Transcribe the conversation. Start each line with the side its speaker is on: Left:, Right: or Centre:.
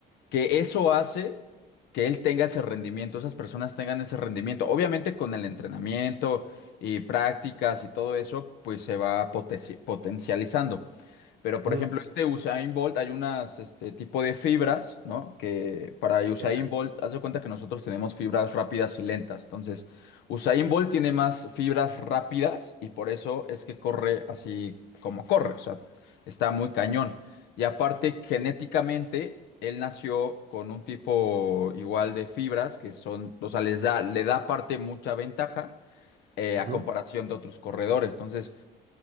Left: que eso hace que él tenga ese rendimiento, esas personas tengan ese rendimiento. Obviamente con el entrenamiento y prácticas y todo eso, pues se va potenci- potencializando. Pero, por
Right: ujú,
Left: ejemplo, este Usain Bolt, hay unas este tipo de fibras, ¿no? Que para Usain
Right: Ya.
Left: Bolt, haz de cuenta que nosotros tenemos fibras rápidas y lentas. Entonces, Usain Bolt tiene más fibras rápidas y por eso es que corre así como corre. O sea, está muy cañón. Y aparte, genéticamente, él nació con un tipo igual de fibras que son, o sea, les da, le da aparte mucha ventaja eh,
Right: ujú.
Left: a comparación de otros corredores. Entonces,